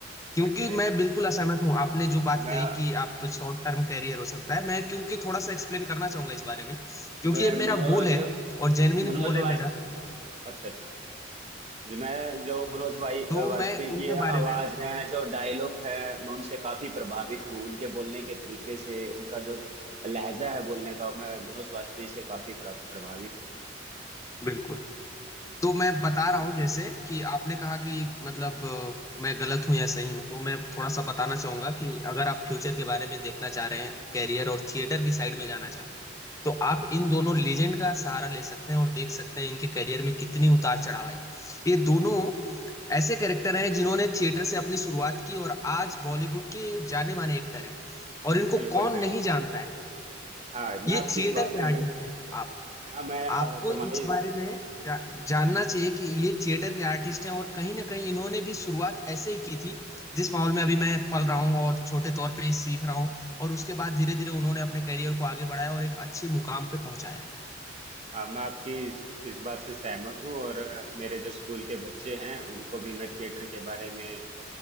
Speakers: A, on the left; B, on the right.
A: क्योंकि
B: आखिर हैं
A: मैं
B: उन-
A: बिल्कुल असहमत हूँ आपने जो बात
B: मैं
A: कही कि आप शॉर्ट टर्म कैरियर हो सकता है मैं क्योंकि थोड़ा सा एक्सप्लेन करना चाहूंगा इस बारे में क्योंकि
B: मैं
A: ये
B: मनोज
A: मेरा गोल है और जेन्युइन
B: मनोज
A: गोल है
B: वाज
A: मेरा
B: अच्छा अच्छा जी, मैं जो मनोज भाई
A: तो
B: वाजपेयी
A: मैं उनके
B: की
A: बारे
B: आवाज
A: में
B: है जो डायलॉग है मैं उनसे काफी प्रभावित हूँ उनके बोलने के तरीके से उनका जो लहजा है बोलने का मैं मनोज वाजपेयी से काफी प्र- प्रभावित हूँ
A: बिल्कुल तो मैं बता रहा हूँ जैसे कि आपने कहा कि मतलब अ, मैं गलत हूँ या सही हूँ तो मैं थोड़ा सा बताना चाहूंगा कि अगर आप फ्यूचर के बारे में देखना चाह रहे हैं कैरियर और थिएटर की साइड में जाना चाह रहे हैं तो आप इन दोनों लेजेंड का सहारा ले सकते हैं और देख सकते हैं इनके करियर में कितनी उतार चढ़ाव आई ये दोनों ऐसे कैरेक्टर हैं जिन्होंने थिएटर से अपनी शुरुआत की और आज बॉलीवुड के जाने माने एक्टर हैं और इनको
B: बिल्कुल
A: कौन
B: बिल्कुल
A: नहीं जानता है
B: हाँ मैं
A: ये
B: आपकी
A: थिएटर
B: इस बात
A: के
B: से
A: आर्टिस्ट
B: बिल्कुल
A: हैं आप
B: हाँ मैं अ,
A: आपको
B: तुम्हारी
A: इस बारे में जा, जानना चाहिए कि ये थिएटर के आर्टिस्ट हैं और कहीं ना कहीं इन्होंने भी शुरुआत ऐसे ही की थी जिस माहौल में अभी मैं पल रहा हूँ और छोटे तौर पे ही सीख रहा हूँ और उसके बाद धीरे धीरे उन्होंने अपने करियर को आगे बढ़ाया और एक अच्छी मुकाम पे पहुंचाया
B: हाँ मैं आपकी इस, इस बात से सहमत हूँ और अ, मेरे जो स्कूल के बच्चे हैं उनको भी मैं थिएटर के बारे में